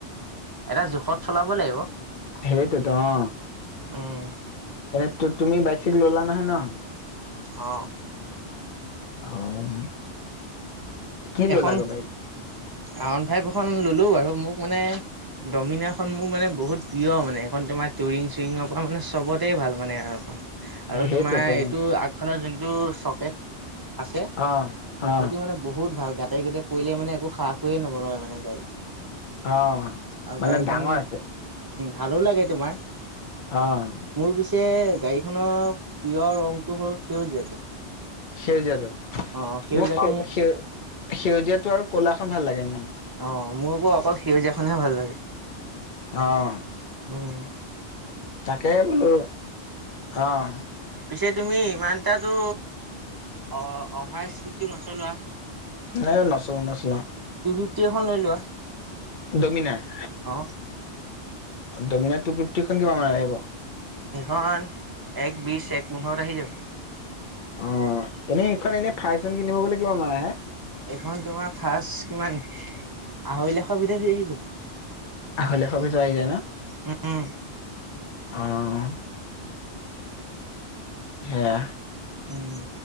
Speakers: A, on the right (about 25°); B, on the left (about 45°).
A: এটা জোখত চলাব লাগিব,
B: সেইটোৱেতো অ
A: উম।
B: এনে, তুমি বাইক চাইক ল'লা নহয়, ন'।
A: অ'।
B: অ'। কি ললা
A: এখন
B: গৈ
A: আৰ
B: বাইক
A: ওৱান ফাইভ এখন ল'লো বাৰু, মোক মানে ডমিনা এখন মোৰ মানে বহুত প্ৰিয় মানে, এইখন তোমাৰ টুৰিং চুৰিঙৰ পৰা মানে চবতেই ভাল মানে, আৰু এখন আৰু
B: সেইটোৱেতো
A: তোমাৰ এইটো আগফালৰ যোনটো চকেট আছে, সেইটো
B: অ অ
A: মানে বহুত ভাল, গাতে গোতে পৰিলে মানে একো সাহ খয়ে নবলে মানে। গাড়ীত
B: অ',
A: আৰু
B: মানে
A: গাড়ীখন
B: ডাঙৰ আছে।
A: ভালো লাগে তোমাৰ।
B: অ'।
A: মোৰ পিছে, গাড়ীখনৰ প্ৰিয় ৰংটো হ'ল, সেউজীয়াটো।
B: সেউজীয়াাটো,
A: অ সেউজীয়াটো
B: মোক সেউ, সেউজীয়াাটো আৰু কলাখন ভাল লাগে মোৰ।
A: অ', মোৰ আকৌ অকল সেউজীয়াখনহে ভাল লাগে।
B: অ'।
A: অ'।
B: তাকে বোলো, অঁ।
A: পিছে তুমি ইমানটাটো অ' অভাৰ স্পীডটো নচলোৱা।
B: ন নচলাও, নচলাও।
A: টু ফিফটি এখন লৈ লোৱা।
B: ডমিনাাৰ?
A: অ'।
B: ডমিনাৰ টু ফিফটি খন কিমান মান আহিব?
A: হেইখন এক বিশছ এক পোন্ধৰ আহি যাব।
B: অ' এনেই এইখন এনেই ৰ্ফাষ্ট হেণ্ড কিনিব গ'লে কিমান মান আহে?
A: এইখন তোমাৰ ৰ্ফাষ্ট কিমান আঢ়ৈ লাখৰ ভিতৰত ধৰি আহি যাব।
B: আঢ়ৈ লাখৰ ভিতৰত আহি যায় ন?
A: উম
B: অ' হেয়া
A: উম।